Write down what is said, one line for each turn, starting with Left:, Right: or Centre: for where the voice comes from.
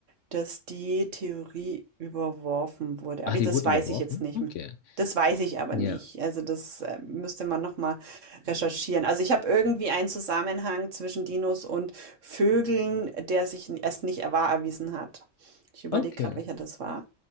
Right: dass die Theorie überworfen wurde.
Left: Ah,
Right: Aber
Left: die
Right: ich- das
Left: wurde
Right: weiß
Left: überworfen?
Right: ich jetzt nicht.
Left: Okay.
Right: m- Das weiß ich aber
Left: Ja,
Right: nicht. Also das äh, müsste man noch mal recherchieren. Also ich habe irgendwie einen Zusammenhang zwischen Dinos und Vögeln, der sich n- erst nicht wahr erwiesen hat. Ich überlege
Left: okay.
Right: gerade, welcher das war.